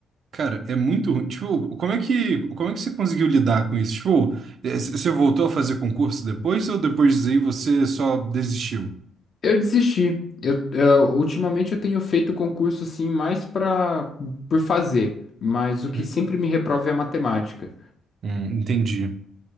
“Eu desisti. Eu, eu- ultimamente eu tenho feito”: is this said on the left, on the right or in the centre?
Left